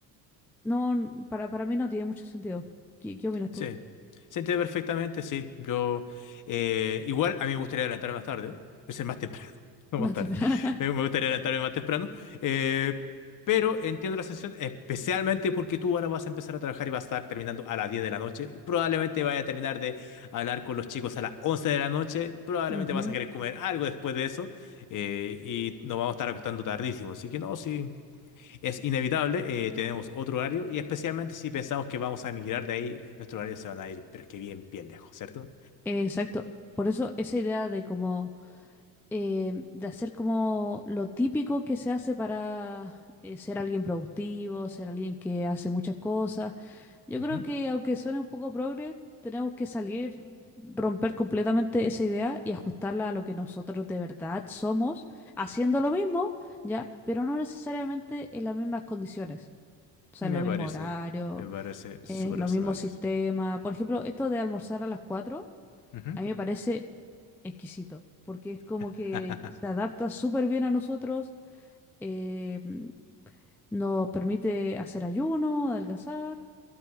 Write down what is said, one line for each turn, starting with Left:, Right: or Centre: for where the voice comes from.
Centre: no, para, para mí no tiene mucho sentido. ¿Qué, qué opinas tú?
Left: Sí, se entiende perfectamente, sí. Yo, eh, igual a mí me gustaría adelantarme más tarde, es más temprano, <laughs> no
Centre: <laughs> Más
Left: más
Centre: temprano.
Left: tarde. Me, me gustaría adelantarme más temprano, eh, pero entiendo la sensación, especialmente porque tú ahora vas a empezar a trabajar y vas a estar terminando a las 10 de la noche. Y probablemente vaya a terminar de hablar con los chicos a las 11 de la noche. Probablemente
Centre: <laughs>
Left: vas a querer comer algo después de eso eh, y nos vamos a estar acostando tardísimo. Así que no, sí es inevitable, eh, tenemos otro horario y especialmente si pensamos que vamos a emigrar de ahí, nuestros horarios se van a ir, pero es que bien, bien lejos, ¿cierto?
Centre: Eh, Exacto. Por eso esa idea de como em, de hacer como lo típico que se hace para eh, ser alguien productivo, ser alguien que hace muchas cosas. Yo
Left: Ujú.
Centre: creo que aunque suene un poco progre, tenemos que salir, romper completamente esa idea y ajustarla a lo que nosotros de verdad somos, haciendo lo mismo, ya, pero no necesariamente en las mismas condiciones. O sea,
Left: Me
Centre: en los mismos
Left: parece,
Centre: horarios,
Left: me parece
Centre: en
Left: súper
Centre: los
Left: razonable
Centre: mismos sistemas.
Left: eso.
Centre: Por ejemplo, esto de almorzar a las 4,
Left: Ujú.
Centre: A mí me parece exquisito, porque es como
Left: <laughs>
Centre: que se adapta súper bien a nosotros, eh, mm, nos permite hacer ayuno, adelgazar,